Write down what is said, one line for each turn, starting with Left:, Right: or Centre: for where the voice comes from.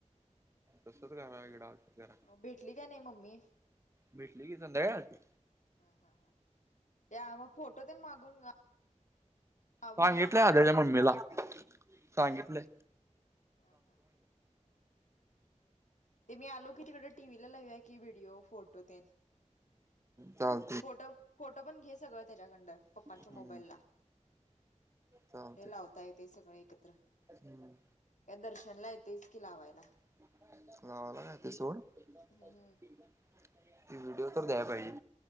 Right: तसंच घरा इकडं आलतीत घरा
Left: अ भेटली काय नाही मम्मी
Right: भेटली की, संध्या घलती
Left: हा.. हा.. हा... त्या मग फोटो ते मागून व्हिडिओ
Right: सांगितले
Left: म्हणलं
Right: आदल्या, मम्मीला सांगितले.
Left: हा... हा.... ते, मी आलो कि तिकडे, टीव्ही ला लवया की व्हिडीओ फोटो ते
Right: <inaudible> चाल
Left: फोटो, फोटो पण घे सगळं त्याच्याकंडं पप्पांच्या
Right: हम्म
Left: मोबाईल ला म्हणजे
Right: चालतय
Left: लावता येत. सगळे एकत्र
Right: हम्म.
Left: या दर्शनला येतस की, लावायला
Right: <inaudible> <inaudible> <inaudible> हला काते सोड त
Left: हम्म
Right: व्हिडिओ तर, द्या पाहिजे